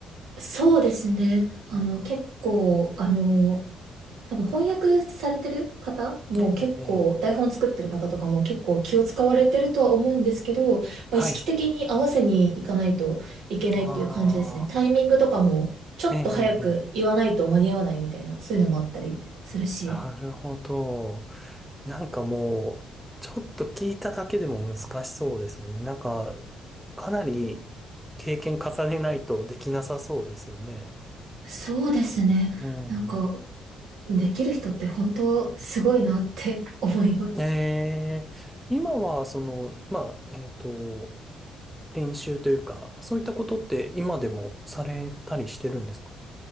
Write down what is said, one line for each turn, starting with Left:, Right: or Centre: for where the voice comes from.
Right: そうですね。あの、
Centre: うんうん。
Right: 結構、あの、多分翻訳されてる方も結構、
Centre: ええ、
Right: 台本作ってる方とかも結構気を使われてるとは思うんですけど、まあ、
Centre: ええ。
Right: 意識的に合わせにいかないといけないっていう感じですね。
Centre: はい。ああ、
Right: タイミングとかも、ちょっと早く言わないと間に合わないみたいな、
Centre: ええ、ええ。ええ
Right: そういうのもあったりするし。
Centre: なるほど。なんかもう、ちょっと聞いただけでも難しそうですもんね。なんか、かなり経験重ねないとできなさそうですよね。
Right: そうですね。
Centre: うん。
Right: なんか、できる人って本当すごいなって <laughs> 思います。
Centre: えー、今は、その、まあ、えっと、練習というか、そういったことって今でもされたりしてるんですか